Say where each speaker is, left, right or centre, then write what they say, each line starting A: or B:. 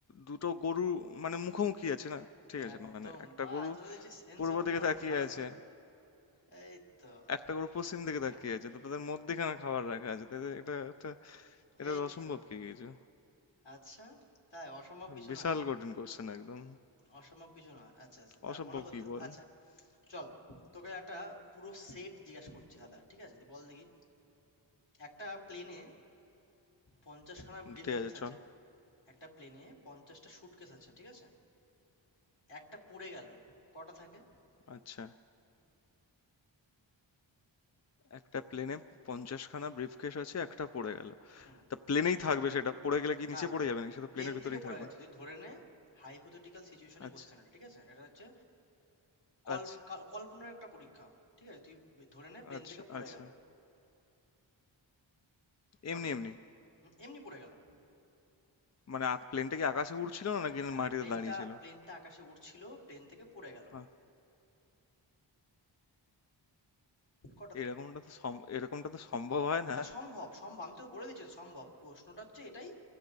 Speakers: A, on the left (about 35°); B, on the left (about 65°).
A: দুটো গরু মানে মুখোমুখি আছে না ঠিক আছে
B: একদম
A: মানে একটা
B: বা
A: গরু
B: এত দেখছি সেন্স
A: পূর্ব
B: অফ হিউমার
A: দিকে তাকিয়ে
B: অনেক ভালো
A: আছে
B: তো এই তো
A: একটা গরু পশ্চিম
B: <laughs>
A: দিকে তাকিয়ে আছে তো তাদের মধ্যেখানে খাবার রাখা আছে তাদের এটা এটা এটা
B: এই
A: অসম্ভব
B: তো
A: কি কিছু
B: আচ্ছা তাই অসম্ভব কিছু
A: বিশাল
B: না
A: কঠিন কোশ্চেন একদম
B: অসম্ভব কিছু না আচ্ছা আচ্ছা দাঁড়া
A: অসম্ভব
B: মনে করতে
A: কি বল
B: আচ্ছা চল তোকে একটা পুরো সেট জিজ্ঞাসা করছি দাদা ঠিক আছে তুই বল দেখি একটা প্লেনে পঞ্চাশখানা ব্রিফ
A: ঠিক
B: কেস
A: আছে চল
B: আছে একটা প্লেনে পঞ্চাশটা স্যুটকেস আছে ঠিক আছে একটা পুড়ে গেল কটা থাকে
A: আচ্ছা একটা প্লেনে পঞ্চাশখানা ব্রিফকেস আছে একটা পড়ে গেল
B: হুম
A: তা প্লেনেই থাকবে সেটা পড়ে গেলে কি
B: না,
A: নিচে পড়ে যাবে নাকি সেটা
B: প্লেন
A: প্লেনের ভিতরেই
B: থেকে পড়ে
A: থাকবে
B: গেছে। তুই ধরে নে hypothetical situation এ
A: আচ্ছা
B: question এটা, ঠিক আছে? এটা হচ্ছে কল
A: আচ্ছা
B: কাল কল্পনার একটা পরীক্ষা, ঠিক আছে? তুই ধরে নে প্লেন
A: আচ্ছা
B: থেকে পড়ে
A: আচ্ছা
B: গেল। কটা
A: এমনি
B: থাকে?
A: এমনি
B: হুম, এমনি পড়ে গেল।
A: মানে প্লেনটা কি আকাশে উড়ছিল না নাকি
B: হ্যাঁ,
A: মাটিতে
B: প্লেনটা
A: দাঁড়িয়ে ছিল
B: প্লেনটা আকাশে উড়ছিল, প্লেন থেকে পড়ে গেল।
A: আহ,
B: কটা থাকে?
A: এরকমটা তো সম- এরকমটা তো সম্ভব হয় না
B: না সম্ভব, সম্ভব। আমি তোকে বলে দিচ্ছি তো, সম্ভব। প্রশ্নটা হচ্ছে এটাই